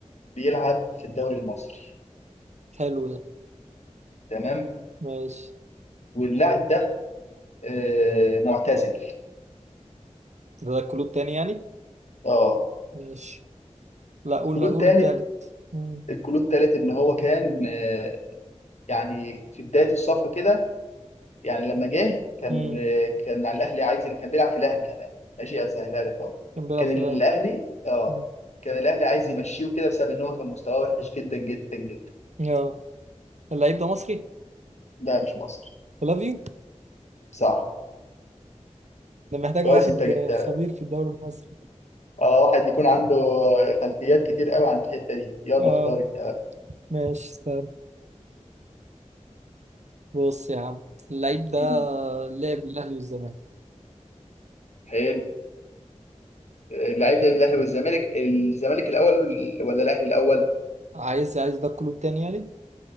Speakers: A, on the left; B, on the right.
A: بيلعب في الدوري المصري
B: حلو ده
A: تمام
B: ماشي
A: واللاعب ده آه معتزل
B: ده, ده الكلو التاني يعني
A: اه
B: ماشي لا قول
A: الكلو التالت
B: قول التالت مم.
A: الكلو التالت ان هو كان آه يعني في بداية الصفقة كده يعني لما جه كان
B: مم.
A: كان على الاهلي عايز كان بيلعب في الاهلي كمان ماشي اسهلها لك اهو
B: كان بيلعب
A: كان
B: في الاهلي
A: الاهلي اه
B: مم.
A: كان الاهلي عايز يمشيه كده بسبب ان هو كان مستواه وحش جدا جدا جدا
B: يا اللعيب ده مصري
A: لا مش مصر
B: لاف يو
A: صح
B: ده محتاجة
A: كويس
B: واحد
A: انت جبتها
B: آه، خبير في الدوري المصري
A: اه واحد يكون عنده خلفيات كتير قوي عن الحته دي يلا
B: اه
A: اختار انت بقى
B: ماشي استنى بص يا عم اللعيب ده
A: مم.
B: لعب الأهلي والزمالك
A: حلو اللعيب ده الاهلي والزمالك الزمالك الاول ولا الاهلي الاول
B: عايز عايز ده كله التاني يعني